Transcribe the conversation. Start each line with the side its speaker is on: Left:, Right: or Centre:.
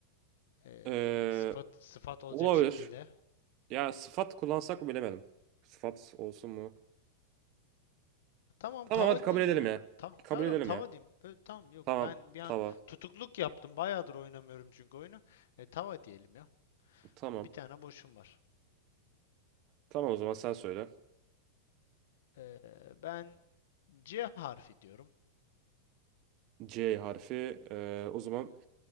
Left: ee,
Right: E,
Left: sıfat sıfat olacak
Right: olabilir.
Left: şekilde.
Right: Ya sıfat kullansak mı bilemedim. Sıfat olsun mu?
Left: Tamam
Right: Tamam
Left: tava
Right: hadi kabul
Left: diyeyim
Right: edelim
Left: ya.
Right: ya.
Left: Tamam.
Right: Kabul
Left: Yok
Right: edelim
Left: yok tava
Right: ya.
Left: diyeyim. Ö, tamam yok
Right: Tamam.
Left: ben bir an
Right: Tava.
Left: tutukluk yaptım. Bayağıdır oynamıyorum çünkü oyunu. E, tava diyelim ya.
Right: Tamam.
Left: Bir tane boşum var.
Right: Tamam o zaman sen söyle.
Left: Ee, ben C harfi diyorum.
Right: C harfi. e, o zaman
Left: Hı hı.